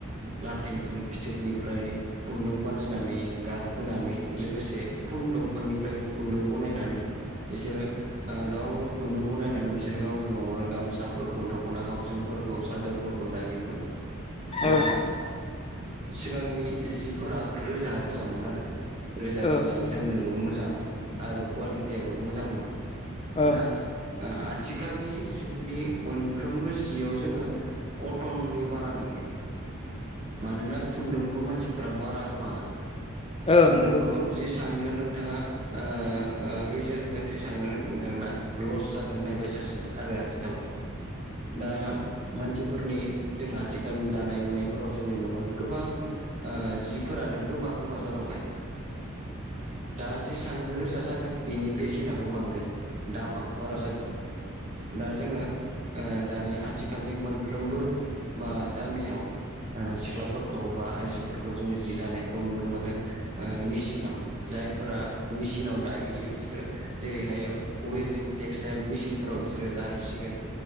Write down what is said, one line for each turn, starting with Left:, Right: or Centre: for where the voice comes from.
Right: लाथा एम्फौनि फिथोबनिफ्राय खुन्दुं बानायनानै गाब होनानै लोगोसे खुन दंफांनिफ्रायबो खुन्दुं बनायनानै बिसोरो गावनो खुन्दुंखौ बनायनानै बिसोर गाव न'आवनो गामसाफोरखौ दख'ना हाउसिंफोरखौ सादोरफोरखौ दायोमोन
Left: औ
Right: दा सिगांनि जिफोरा रोजा रोजामोन आरो रोजा
Left: ओ
Right: रोजा
Left: नंगौ
Right: जोमनोबो मोजां आरो कुवालिटियाबो मोजांमोन
Left: ओ
Right: दा आथिखालनि जुगनि मोनफ्रोमबो जियाव जोङो कटननि बारा नुयो मानोना खुन्दुंखौ मानसिफोरा बारा होबाङा
Left: ओ
Right: खुन्दुंखौ
Left: नंगौ
Right: जिसांनो नोंथाङा ओ गोजो होगोन जेसांनो नोंथांना लस जागोन होननाय बायसासो आरो आथिखालाव दा मानसिफोरनि जों आथिखाल दानाय लुनायफोराव जों नुनो मोनो गोबां ओ जिफोरानो गोबा गोबा जालांबाय दा जेसांनो रोजा जागोन बेनि बेसेनाबो बांगोन दामाबो बारा जागोन। दा जोंना ओ दानि आथिखालनि मोनफ्रोमबो बा गामियाव ओ सिख्लाफोरखौ बा आइजोफोरखौ जोङो जि दानायखौ नुनो मोनो। ओ मिसिनाव जायफोरा मिसिनाव दाहैयो बिसोरो जेरैहाय उयेबिं टेक्सटाइल मिसिंफोराव सोरो दाहैसिगोन